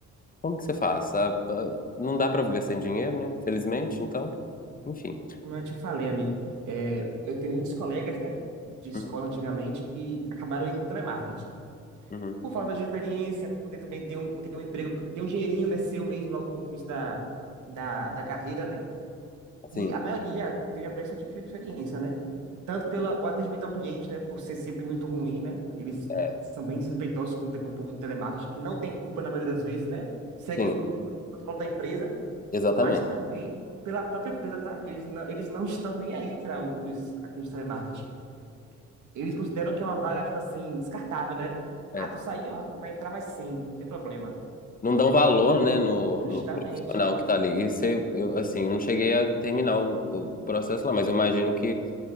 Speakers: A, on the left; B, on the right.
A: como que você faz? A- a- Não dá pra viver sem dinheiro, né? Felizmente, então, enfim.
B: Como eu te falei, amigo, é, eu tenho muitos colegas, né, de escola
A: Uhum.
B: antigamente que acabaram indo para telemarketing.
A: Uhum.
B: Por falta de experiência, para poder também ter um, ter um emprego, ter um dinheirinho, né, seu mesmo logo no começo da, da, da carreira, né?
A: Sim,
B: E a maioria teve a péssima ex- experiência, né? Tanto pelo atendimento ao cliente, né, por ser sempre muito ruim, né? Eles
A: é,
B: são bem desrespeitosos com, com o povo do telemarketing, que não tem culpa na maioria das vezes, né? Seguem
A: sim,
B: o pro- pro- protocolo da empresa
A: exatamente.
B: mas também pela própria empresa, tá? Eles não, eles não estão nem aí para os atendentes de telemarketing. Eles consideram que é uma vaga, tipo assim, descartável, né?
A: É.
B: Ah, tu saiu, vai entrar mais 100, não tem problema.
A: Não dão valor, né, no,
B: Justamente,
A: no profissional
B: é.
A: que tá ali. E você, eu, assim, eu não cheguei a terminar o, o processo lá, mas eu imagino que